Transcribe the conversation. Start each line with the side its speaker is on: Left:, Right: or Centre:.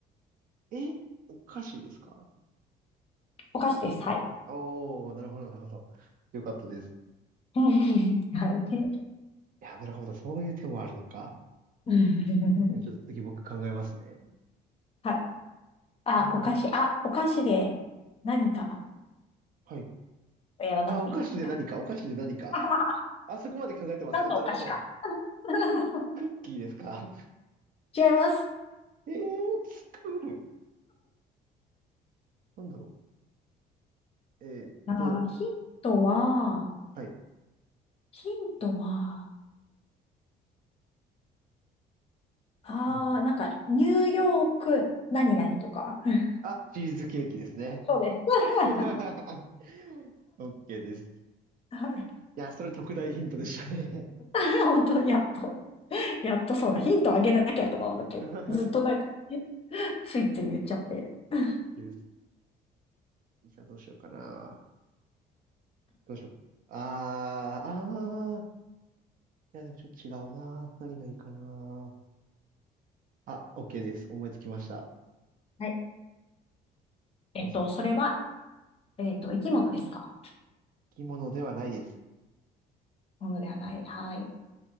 Right: ー、えお菓子ですか
Left: お菓子です。はい。
Right: おー、なるほど、なるほど。よかったです。
Left: <laughs> はい。
Right: いや、なるほど。そういう手もあるのか。
Left: <laughs>
Right: じゃあちょっと次僕考えますね。
Left: はい。あ、
Right: 何し
Left: お菓子。あ、お菓子で何か
Right: はい。
Left: やらなくていいか。
Right: あ、お菓子で何か、お菓子で何か。
Left: <laughs> あははは
Right: あそこまで考えてますなるほど。
Left: 何のお菓子か。<laughs>
Right: ク、クッキーですか <laughs>
Left: 違います。
Right: えー、作る。なんだろう。えーっと、
Left: あー、ヒントは、
Right: はい。
Left: ヒントは、あー、
Right: なんだ。
Left: なんか、ニューヨーク、何々とか。<laughs>
Right: あ、チーズケーキですね。
Left: そうです。<laughs>
Right: <laughs> オッケーです。
Left: はい
Right: いや、それ特大ヒントでしたね。
Left: <laughs> 本当、やっと、やっとそうだ。ヒントあげなきゃとか思って、
Right: <laughs>
Left: ずっとなんか、<laughs> ついつい言っちゃって。<laughs>
Right: です。じゃあどうしようかな。どうしようかな。あー、あー。いや、でもちょっと違うな。何がいいかな。あ、オッケーです。思いつきました。
Left: はい。えっと、
Right: どうぞ。
Left: それは、えっと、生き物ですか
Right: 着物ではないです。
Left: ものではない。はい。